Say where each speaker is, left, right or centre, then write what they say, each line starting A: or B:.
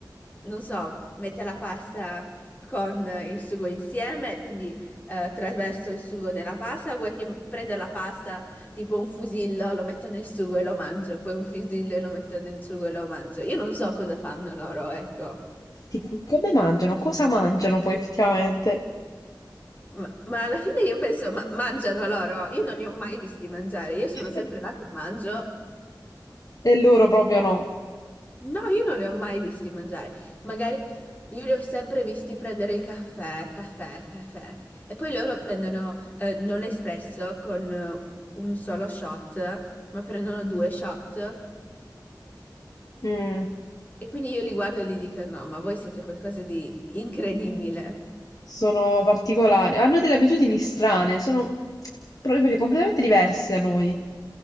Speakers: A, on the left (about 20°); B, on the left (about 50°).
A: non so, mette la pasta con il sugo insieme, quindi eh, traverso il sugo nella pasta, vuoi che prendo la pasta tipo un fusillo, lo metto nel sugo e lo mangio, poi un fusillo e lo metto nel sugo e lo mangio. Io non so cosa fanno loro, ecco.
B: Dico, come mangiano? Cosa mangiano poi effettivamente?
A: Ma, ma alla fine io penso, ma mangiano loro? Io non li ho mai visti mangiare, io sono
B: <laughs>
A: sempre là che mangio
B: E loro proprio no.
A: No, io non li ho mai visti mangiare. Magari io li ho sempre visti prendere il caffè, caffè, caffè. E poi loro prendono eh, non l'espresso con eh, un solo shot, ma prendono due shot.
B: Mm.
A: E quindi io li guardo e gli dico: No, ma voi siete qualcosa di incredibile.
B: sono particolari, hanno delle abitudini strane, sono proprio completamente diversi da noi.